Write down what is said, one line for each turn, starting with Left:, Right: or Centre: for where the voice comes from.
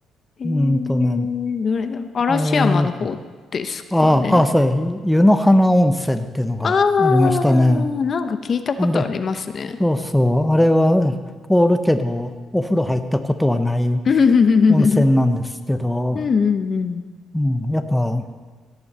Left: えー、
Centre: うーんとね、
Left: どれだろう。嵐山の方ですかね。
Centre: えーと、ああ、ああ、そうや、湯の花温泉っていうのがありましたね。
Left: ああ、なんか聞いたことありますね。
Centre: あれ、そうそう、あれは凍るけど、お風呂入ったことはない
Left: <laughs> うん
Centre: 温泉なんですけど、
Left: うんうん。
Centre: うん、やっぱ、